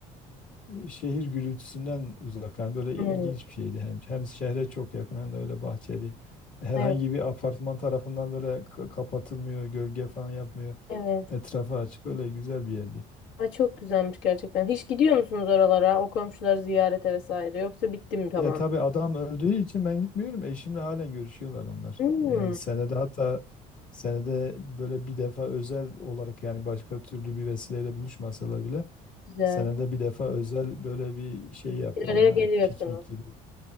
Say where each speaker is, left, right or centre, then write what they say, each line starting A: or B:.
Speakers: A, on the left; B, on the left.
A: şehir gürültüsünden uzak. Yani böyle ilginç
B: Hı.
A: bir şeydi. Hem, hem şehre çok yakın hem de öyle bahçeli. Herhangi
B: Evet.
A: bir apartman tarafından böyle ka- kapatılmıyor, gölge falan yapmıyor.
B: Evet.
A: Etrafı açık öyle güzel bir yerdi.
B: Ay çok güzelmiş gerçekten. Hiç gidiyor musunuz oralara? O komşuları ziyarete vesaire. Yoksa bitti mi tamam?
A: Ya tabii adam öldüğü için ben gitmiyorum. Eşimle halen görüşüyorlar onlar.
B: Hmm,
A: Yani senede hatta senede böyle bir defa özel olarak yani başka türlü bir vesileyle buluşmasalar bile
B: güzel.
A: senede bir defa özel böyle bir şey yapıyorlar.
B: Bir araya
A: Hani
B: geliyorsunuz.
A: piknik gibi.